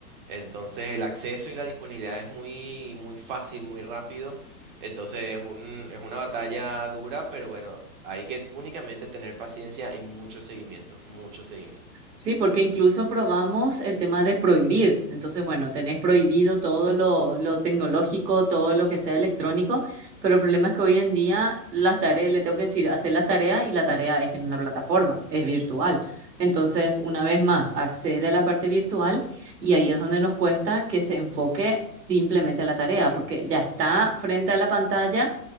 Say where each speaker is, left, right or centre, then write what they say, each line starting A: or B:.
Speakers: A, on the right; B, on the right.
A: Entonces el acceso y la disponibilidad es muy, muy fácil, muy rápido. Entonces es un, es una batalla dura, pero bueno, hay que únicamente tener paciencia y mucho seguimiento, mucho seguimiento.
B: Sí, porque incluso probamos el tema de prohibir. Entonces, bueno, tenés prohibido todo lo, lo tecnológico, todo lo que sea electrónico, pero el problema es que hoy en día las tareas, le tengo que decir, hacer las tareas y la tarea es en una plataforma, es virtual. Entonces, una vez más, accede a la parte virtual y ahí es donde nos cuesta que se enfoque simplemente a la tarea, porque ya está frente a la pantalla